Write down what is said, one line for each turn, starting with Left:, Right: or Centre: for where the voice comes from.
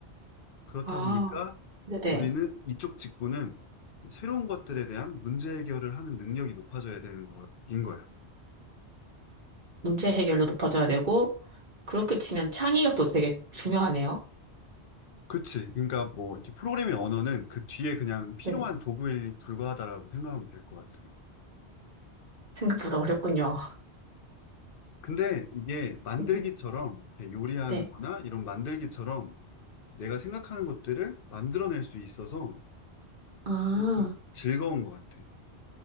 Left: 그렇다
Right: 아,
Left: 보니까
Right: 네네.
Left: 우리는 이쪽 직군은 새로운 것들에 대한 문제 해결을 하는 능력이 높아져야 되는 거인 거야.
Right: 문제 해결도 높아져야 되고, 그렇게 치면 창의력도 되게 중요하네요.
Left: 그치. 그러니까 뭐 이렇게 프로그래밍 언어는 그 뒤에 그냥 필요한
Right: 네네.
Left: 도구에 불과하다라고 생각하면 될 것 같아.
Right: 생각보다 어렵군요.
Left: 근데 이게 만들기처럼
Right: 네네.
Left: 이렇게 요리하는
Right: 네.
Left: 거나 이런 만들기처럼 내가 생각하는 것들을 만들어낼 수 있어서
Right: 아,
Left: 좀 즐거운 것 같아.